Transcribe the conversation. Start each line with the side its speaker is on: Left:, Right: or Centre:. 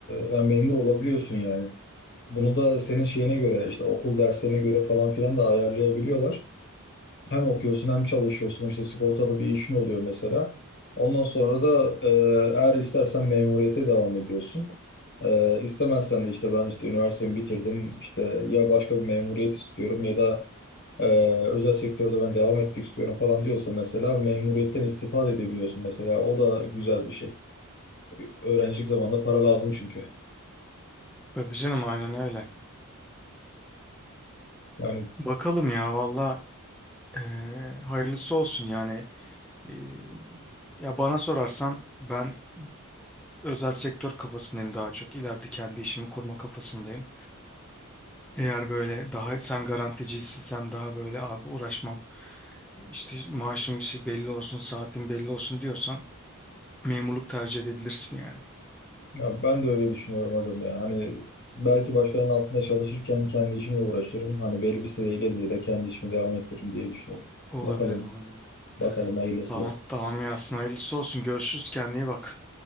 Left: yani memur olabiliyorsun yani. Bunu da senin şeyine göre işte okul derslerine göre falan filan da ayarlayabiliyorlar. Hem okuyorsun hem çalışıyorsun işte sigortalı bir işin oluyor mesela. Ondan sonra da e, eğer istersen memuriyete devam ediyorsun. E, istemezsen de işte ben işte üniversitemi bitirdim İşte ya başka bir memuriyet istiyorum ya da ee, özel sektörde ben devam etmek istiyorum falan diyorsa mesela memuriyetten istifade da edebiliyorsun mesela o da güzel bir şey. Öğrencilik zamanında para lazım çünkü.
Centre: Tabii canım aynen öyle.
Left: Yani
Centre: Bakalım ya valla e, hayırlısı olsun yani. E, ya bana sorarsan ben özel sektör kafasındayım daha çok. İleride kendi işimi kurma kafasındayım. Eğer böyle daha sen garanticiysen sen daha böyle abi uğraşmam işte maaşım şey belli olsun saatim belli olsun diyorsan memurluk tercih edebilirsin yani.
Left: ya ben de öyle düşünüyorum hocam ya. Hani belki başkalarının altında çalışırken kendi işimle uğraşırım. Hani belli bir seviyeye gelince de kendi işimi devam ettiririm diye düşünüyorum.
Centre: Olabilir
Left: Bakalım,
Centre: olabilir.
Left: bakalım hayırlısı
Centre: Tamam
Left: ya.
Centre: tamam Yasin hayırlısı olsun görüşürüz kendine iyi bak.